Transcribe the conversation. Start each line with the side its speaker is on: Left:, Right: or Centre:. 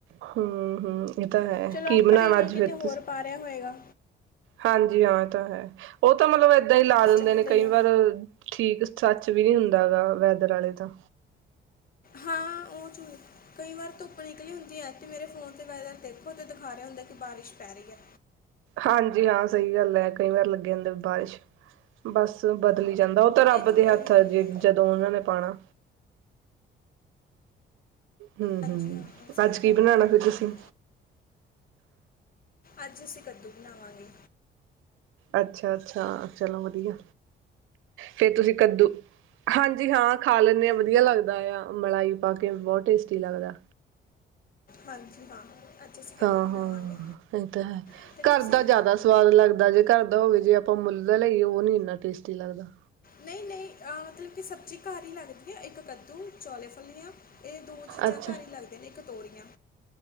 Right: ਹਮ -ਹਮ, ਇਹ ਤਾਂ ਹੈ,
Left: ਚਲੋ
Right: ਕੀ
Left: ਆਪਣੇ
Right: ਬਨਾਣਾ
Left: ਨਹੀਂ
Right: ਅੱਜ,
Left: ਕਿਤੇ
Right: ਫਿਰ
Left: ਹੋਰ
Right: ਤੁਸੀਂ?
Left: ਪਾ ਰਿਹਾ ਹੋਏਗਾ
Right: ਹਾਂਜੀ, ਹਾਂ ਇਹ ਤਾਂ ਹੈ। ਉਹ ਤਾਂ ਮਤਲਬ ਏਦਾਂ ਹੀ ਲਾ ਦਿੰਦੇ
Left: ਚੱਲਦਾ
Right: ਨੇ,
Left: ਹੀ
Right: ਕਈ
Left: ਆ
Right: ਵਾਰ। ਠੀਕ, ਸੱਚ ਵੀ ਨਹੀਂ ਹੁੰਦਾ ਹੈਗਾ, ਵੈਦਰ ਵਾਲੇ ਦਾ।
Left: ਹਾਂ, ਉਹ ਚ ਕਈ ਵਾਰ ਧੁੱਪ ਨਿਕਲੀ ਹੁੰਦੀ ਹੈ। ਅਤੇ ਮੇਰੇ ਫੋਨ, ਵੈਦਰ ਦੇਖੋ ਤੇ, ਦਿਖਾ ਰਿਹਾ ਹੁੰਦਾ। ਕਿ, ਬਾਰਿਸ਼ ਪੈ ਰਹੀ ਹੈ
Right: ਹਾਂਜੀ, ਹਾਂ ਸਹੀ ਗੱਲ ਹੈ ਕਈ ਵਾਰ, ਲੱਗੇ ਰਹਿੰਦੇ ਬਾਰਿਸ਼, ਬਸ ਬਦਲੀ ਜਾਂਦਾ, ਉਹ ਤਾਂ, ਰੱਬ
Left: ਇਹ ਝੂਠੇ
Right: ਦੇ ਹੱਥ
Left: ਹੁੰਦੇ
Right: ਹੈ, ਹਜੇ
Left: ਨੇ
Right: ਵੀ ਜਦੋਂ, ਉਹਨਾਂ, ਨੇ ਪਾਉਣਾ‌। ਹਮ-ਹਮ,
Left: ਹਾਂਜੀ ਹਾਂ ਸਹੀ
Right: ਅੱਜ ਕੀ
Left: ਗੱਲ
Right: ਬਣਾਉਣਾ
Left: ਹੈ
Right: ਫਿਰ,
Left: ਤੁਹਾਡੀ
Right: ਤੁਸੀਂ?
Left: ਅੱਜ, ਅਸੀਂ, ਕੱਦੂ ਬਣਾਵਾਂਗੇ।
Right: ਅੱਛਾ-ਅੱਛਾ, ਚਲੋ ਵਧੀਆ, ਫਿਰ ਤੁਸੀਂ ਕੱਦੂ ਹਾਂਜੀ ਹਾਂ ਖਾ ਲੈਂਦੇ ਹਾਂ, ਵਧੀਆ ਲੱਗਦਾ ਆ, ਮਲਾਈ ਪਾ ਕੇ ਬਹੁਤ ਟੇਸਟੀ ਲੱਗਦਾ।
Left: ਹਾਂਜੀ, ਹਾਂ। ਅੱਜ ਅਸੀਂ ਕੱਦੂ
Right: ਹਾਂ-
Left: ਬਣਾਵਾਂਗੇ
Right: ਹਾਂ ਇਹ ਤਾਂ ਹੈ,
Left: ਅਤੇ
Right: ਘਰ
Left: ਤੁਸੀਂ
Right: ਦਾ ਜ਼ਿਆਦਾ ਸਵਾਦ ਲੱਗਦਾ, ਜੇ ਘਰ ਦਾ ਹੋਵੇ, ਜੇ ਆਪਾਂ ਮੁੱਲ ਦਾ ਲਿਆਈਏ, ਉਹ ਨੀ ਇੰਨਾ ਟੇਸਟੀ ਲੱਗਦਾ।
Left: ਨਹੀਂ- ਨਹੀਂ, ਮਤਲਬ ਕਿ ਸਬਜ਼ੀ ਘਰ ਹੀ ਲੱਗਦੀ ਆ ਇੱਕ ਕੱਦੂ, ਚੌਲੇਫਲੀਆਂ ਇਹ ਦੋ ਚੀਜ਼ਾਂ,
Right: ਅੱਛਾ
Left: ਘਰ ਹੀ ਲੱਗਦੀਆਂ ਨੇ, ਇਕ ਤੋਰੀਆਂ